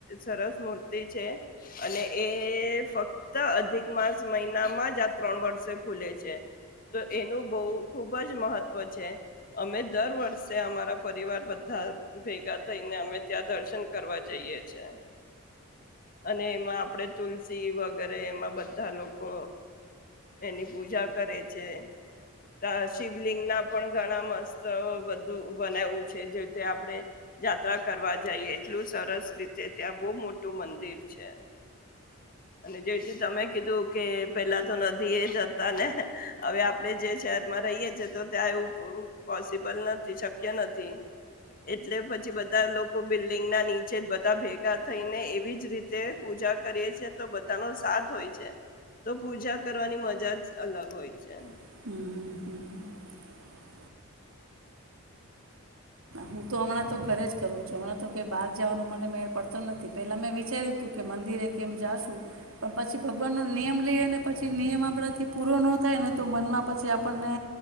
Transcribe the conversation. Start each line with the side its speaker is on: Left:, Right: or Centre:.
Left: સરસ મૂર્તિ છે, અને એ ફક્ત અધિક માસ મહિનામાં જ ત્રણ વર્ષે ખુલે છે, તો એનું બહ ખુબ જ મહત્વ છે, અમે દર વર્ષે અમારા પરિવાર બધા ભેગા થઈને અમે ત્યાં દર્શન કરવા જઈએ છે. અને એમાં આપડે તુલસી સી વગેરે એમાં બધા લોકો એની પૂજા કરે છે, ત્યા શિવલિંગ ના પણ ઘણા મસ્ત બધું બનાવું છે જે આપણે, યાત્રા કરવા જઈએ એટલું સરસ રીતે ત્યાં બહુ મોટું મંદિર છે, અને જેથી તમે કીધું કે પેલા તો નથી એ જતા ને હવે આપણેે જે શહેર માં રહીએ છેએ તો ત્યાં એવું પોસિબલ નથી શક્ય નથી, એટલે પછી બધા લોકો બિલ્ડિંગ ના નીચે જ બધા ભેગા થઈને એવી જ રીતે પૂજા કરીે છે તો બધાનો સાથ હોય છે. તો પૂજા કરવાની મજા જ અલગ હોય છે.
Right: હમ હમ હમ હક. હું તો હમણાં તો ઘરે જ કરું છું હમણાં તો કે બહાર જવાનો મને મેળ પડતો નથી પહેલાં મેં વિચાર્યું હતું કે મંદિરે કેમ જાશું, પણ પછી ભગવાનનો નિયમ લઈએ ને પછી નિયમ આપણાંથી પૂરો ન થાય ને તો મનમાં પછી આપણને,